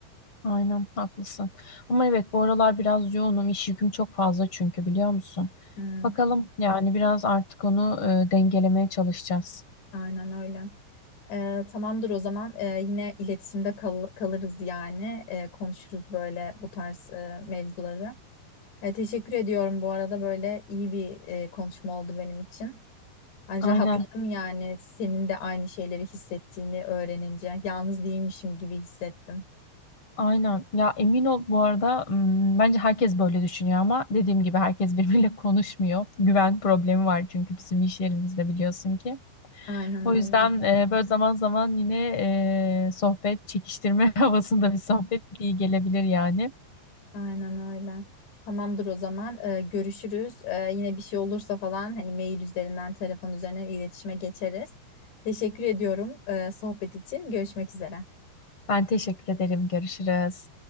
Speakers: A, on the left; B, on the left.
A: Aynen haklısın. Ama evet bu aralar biraz yoğunum. İş yüküm çok fazla çünkü biliyor musun?
B: Hmm,
A: Bakalım yani biraz artık onu e, dengelemeye çalışacağız.
B: aynen öyle. Ee, tamamdır o zaman Ee, yine iletişimde kal- kalırız yani. Ee, konuşuruz böyle bu tarz e, mevzuları. Ee, teşekkür ediyorum bu arada böyle iyi bir e, konuşma oldu benim için. Yani
A: Aynen.
B: rahatladım yani senin de aynı şeyleri hissettiğini öğrenince. Yalnız değilmişim gibi hissettim.
A: Aynen. Ya emin ol bu arada m, bence herkes böyle düşünüyor ama dediğim gibi herkes <laughs> birbiriyle konuşmuyor. Güven problemi var çünkü bizim iş yerimizde biliyorsun ki.
B: Aynen
A: O
B: öyle.
A: yüzden e, böyle zaman zaman yine e, sohbet çekiştirme <laughs> havasında bir sohbet iyi gelebilir yani.
B: Aynen öyle. Tamamdır o zaman. Ee, görüşürüz. Ee, yine bir şey olursa falan hani mail üzerinden, telefon üzerinden iletişime geçeriz. Teşekkür ediyorum, e, sohbet için. Görüşmek üzere.
A: Ben teşekkür ederim. Görüşürüz.